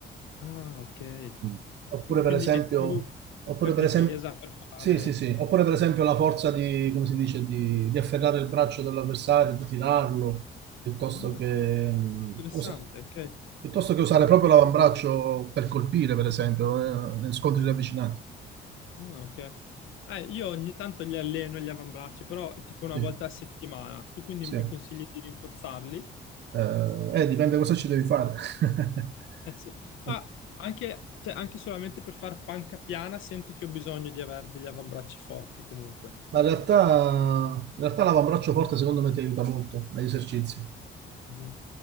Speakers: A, on the left; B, on the right.
A: Ah, ok.
B: Mm. Oppure
A: Quindi
B: per
A: quindi
B: esempio,
A: è più
B: oppure
A: per
B: per
A: difesa,
B: esempio,
A: per fare...
B: sì, sì, sì, oppure per esempio la forza di, come si dice, di, di afferrare il braccio dell'avversario, di tirarlo, piuttosto
A: Ah,
B: che, mh,
A: interessante,
B: usa-
A: ok.
B: piuttosto che usare proprio l'avambraccio per colpire, per esempio, eh, negli scontri ravvicinati.
A: Ah, ok. Eh, io ogni tanto li alleno gli avambracci, però tipo una
B: Sì,
A: volta a settimana. Tu quindi
B: sì.
A: mi consigli di rinforzarli? <laughs>
B: Eh, eh, dipende cosa ci devi fare. <laughs>
A: Sì. Ma anche, cioè, anche solamente per fare panca piana sento che ho bisogno di avere degli avambracci forti comunque.
B: Ma in realtà, in realtà l'avambraccio forte secondo me ti aiuta molto negli esercizi.
A: Mhm.